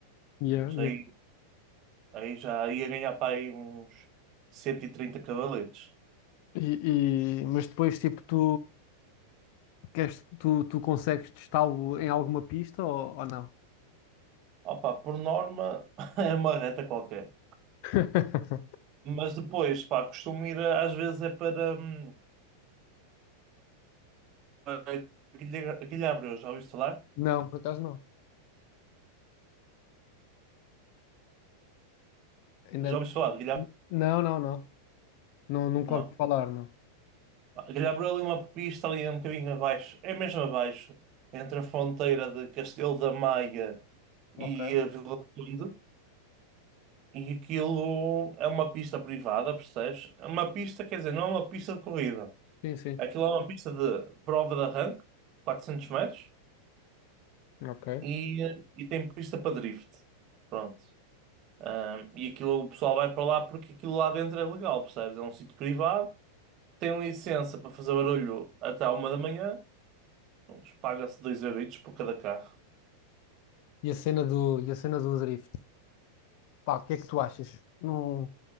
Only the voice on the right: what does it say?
Isso
Aí, aí já ia ganhar para aí uns 130 cavaletes.
Opa, por norma <laughs> é uma reta qualquer.
Mas depois, pá, costumo ir às vezes é para, hum, para Guilha- Guilhabreus, já ouviste falar?
Já ouvi falar de Guilherme?
Não.
Ah, Guilherme ali é uma pista ali um bocadinho abaixo, é mesmo abaixo, entre a fronteira de Castelo da Maia e
a Vila do Conde. E aquilo é uma pista privada, percebes? É Uma pista, quer dizer, não é uma pista de corrida.
Aquilo é uma pista de prova de arranque, 400 metros,
e, eh, e tem pista para drift. Pronto. Ah, e aquilo o pessoal vai para lá porque aquilo lá dentro é legal, percebes? É um sítio privado tem licença para fazer barulho até à uma da manhã Prontos, paga-se dois euritos por cada carro.